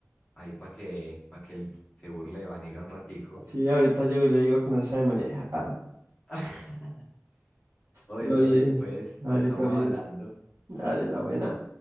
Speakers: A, on the left; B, on the right.
A: Ahí para que, para que él se burle de Vanega un ratico.
B: Sí, ahorita llego y le digo que no sabe manejar.
A: <laughs> Oye,
B: Todo
A: todo
B: bien,
A: bien, pues,
B: dale,
A: estamos
B: todo bien,
A: hablando.
B: dale, la buena.